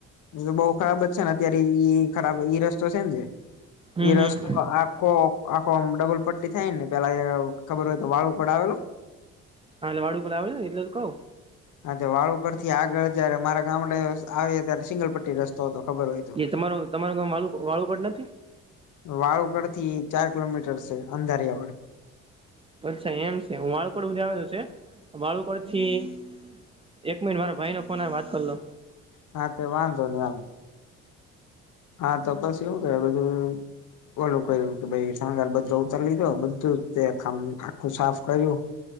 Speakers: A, on the left (about 60°); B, on the right (about 15°).
A: તો બહુ ખરાબ જ છે, ને અત્યારે ઈ ખરાબ ઈ રસ્તો છે ને જે- -
B: હમ
A: એ રસ્તો
B: હમ
A: આખો- - આખો આમ ડબલ પટ્ટી થાય, ને પેલા ખબર હોય તો વાળ ઉપડ આવેલો! --
B: હા, એટલે વાળુંકલા આવે ને એટલે તો કઉ.
A: હા તે વાળું કર થી આગળ જયારે, મારા ગામડે આવીએ ત્યારે સિંગલપટ્ટી રસ્તો- - તો તો ખબર હોય. તો.
B: તે તમારું, તમારું ગામ વાળું વાળુંપડ નથી?
A: વાળુંકડ થી ચાર કિલોમીટર છે અંદારીયા વડ- -
B: અચ્છા એમ છે. હું વાળું કોડ સુધી આવેલો છે. વાળું કોડ થી- - એક મિનટ મારા ભાઈને ફોન આવે વાત કરી લવ.
A: હા, તે વાંધો નહી. હાલો! હા, તપાસ એવું કે બધું- - ઓલું કરયુ કે ભાઈ શણગાર બધો ઉતારી લીધો બધું આખું સાફ કર્યું.